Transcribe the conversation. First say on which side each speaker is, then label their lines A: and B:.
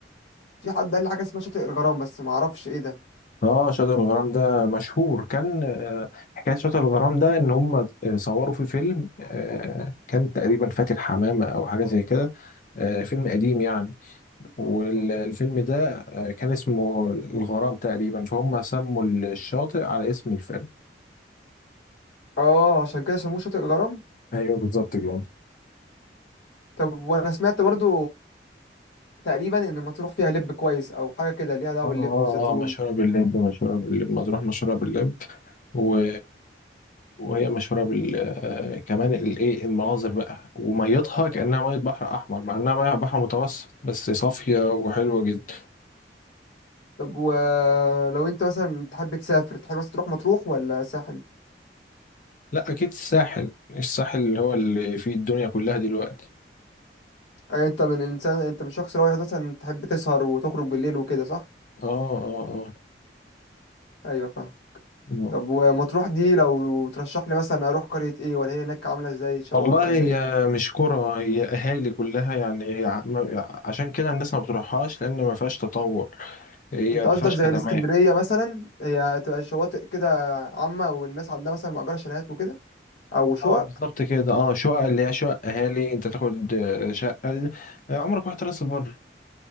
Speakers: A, on the left; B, on the left.
A: في حد قال لي حاجه اسمها شاطئ الغرام بس ما اعرفش ايه ده
B: اه شاطئ الغرام ده مشهور كان آه، حكايه شاطئ الغرام ده ان هم آه، صوروا فيه فيلم آه، كان تقريبا فاتن حمامه او حاجه زي كده آه، فيلم قديم يعني والفيلم ده آه، كان اسمه الغرام تقريبا فهم سموا الشاطئ على اسم الفيلم
A: اه عشان كده سموه شاطئ الغرام
B: ايوه بالظبط كده
A: طب وانا سمعت برضو تقريبا ان مطروح فيها لب كويس او حاجه كده ليها دعوه
B: اه
A: باللب
B: اه
A: والزيتون
B: اه مشهورة باللب مشهورة باللب مطروح مشهورة باللب و... وهي مشهورة بال آه، كمان الايه المناظر بقى وميتها كأنها مية بحر أحمر مع إنها مية بحر متوسط بس صافية وحلوة جدا
A: طب ولو انت مثلا تحب تسافر تحب مثلا تروح مطروح ولا ساحل
B: لا أكيد الساحل الساحل اللي هو اللي فيه الدنيا كلها دلوقتي
A: أيوة انت من انسان انت من شخص رايح مثلا تحب تسهر وتخرج بالليل وكده صح
B: اه اه
A: ايوه فاهم
B: اه
A: طب ومطروح دي لو ترشح لي مثلا اروح قريه ايه ولا هي هناك عامله ازاي شقق
B: والله
A: ولا
B: هي
A: ايه
B: مش كرة هي أهالي كلها يعني هي ع- ما- عشان كده الناس ما بتروحهاش لأن ما فيهاش تطور هي
A: انت
B: ما
A: قصدك
B: فيهاش
A: زي
B: خدمات
A: الاسكندريه مثلا هي تبقى شواطئ كده عامه والناس عندها مثلا مأجره شاليهات وكده او شقق
B: اه بالظبط كده اه شقق اللي هي شقق أهالي أنت تاخد آه، شقة آه، عمرك رحت راس البر